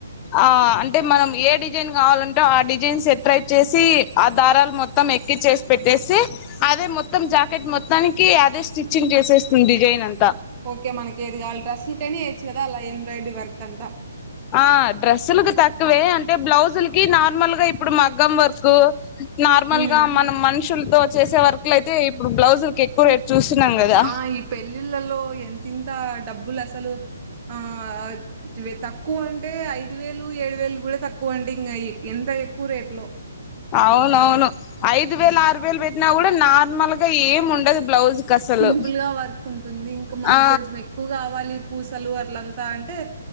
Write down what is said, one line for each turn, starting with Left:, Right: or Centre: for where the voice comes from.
Left: ఆ అంటే మనం ఏ డిజైన్ కావాలంటే ఆ డిజైన్స్ సెట్ప్రైచ్చేసి ఆ దారాల్ మొత్తం ఎ కిచేసి పెట్టేసి అదే మొత్తం జాకెట్ మొత్తానికి అదే స్టిచ్చింగ్ చేసేస్తుంది డిజైన్ అంత
Right: ఓకే మనకేది కావాల్ డ్రెస్సుల్కైనా ఏయెచ్చు గదా అలా ఎంబ్రాయిడీ వర్క్ అంతా
Left: ఆ డ్రెస్సుల్కు తక్ వే అంటే బ్లౌజుల్కి నార్మల్ గా ఇప్పుడు మగ్గం వర్కు నార్మల్
Right: ఉమ్.
Left: గా మనం మనుషుల్తో చేసే వర్క్లైతే ఇప్పుడు బ్లౌజుల్కి ఎక్కువ్ రేట్ చూస్తున్నాం కదా
Right: ఆ ఈ పెళ్ళిళ్ళలో ఎంతింత డబ్బుల్ అసలు ఆ అద్ తక్కువ అంటే ఐ దివేలు ఏడు వేలు గుడ తక్కువ అండి ఇంగ ఇంత ఎక్కువ రేట్లో
Left: అవునవును ఐదు వేలు ఆరు వేలు పెట్టినా గుడా నార్మల్ గా ఏం ఉండదు బ్లౌజ్ కసలు
Right: సింపుల్ గా వర్క్ ఉంటుంది ఇంకా మనం
Left: ఆ
Right: కొంచెం ఎక్కువ్ గావాలి పూస్ సలూ అట్లంతా అంటే